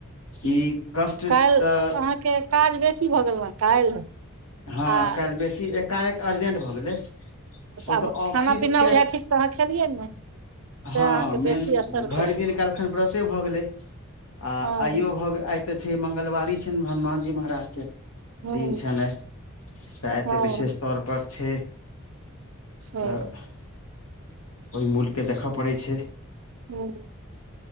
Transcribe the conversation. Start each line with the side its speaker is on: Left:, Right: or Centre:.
Left: ई कष्ट
Right: काल्हि
Left: तऽ
Right: अहाँके, काज बेसी भऽ गेल ने काल्हि।
Left: हँ,
Right: आ
Left: काल्हि बेसी एकाएक अर्जेंट भऽ गेलै। ओतऽ
Right: आब
Left: ऑफिस
Right: खाना -पीना
Left: के
Right: आहा बुझाइया ठीक स अहाँ खेलियै ने?
Left: हँ,
Right: से अहाँके
Left: मेन
Right: बेसी असर
Left: भरि
Right: कयलै
Left: दिन कहलखन व्रते भऽ गेलै, आ
Right: हँ
Left: आइयो भऽ गेल, आइ तऽ छै, मंगलवारी छैन, हनुमान जी महाराज के।
Right: हूँ
Left: दिन छैन आए,
Right: हँ
Left: ते विशेष तौर पर छै।
Right: सही
Left: तऽ, ओहि मूलके देखय पड़ैत छै।
Right: हूँ।